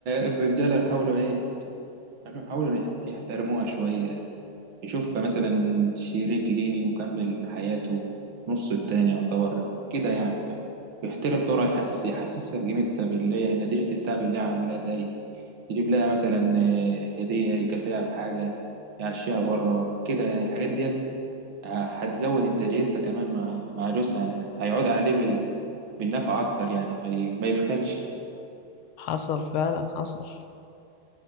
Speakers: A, on the right; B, on the left.
A: الرجاله حاولوا ايه حاولوا يحترموها شويه يشوف مثلا شريك ليه مكمل لحياته نص التاني يعتبر كده يعني يعني يحترم دورها يحس يحسسها بقيمتها باللي هي نتيجة التعب اللي هي عاملاه ده يجيب لها مثلا آه، هدية يكافئها بحاجة يعشيها بره كده يعني الحاجات ديت آه، هتزود إنتاجيتها كمان مع مع جوزها يعني هيعود عليه بال... بالنفع أكتر يعني ما, ي... ما يبخلش
B: حصل فعلا حصل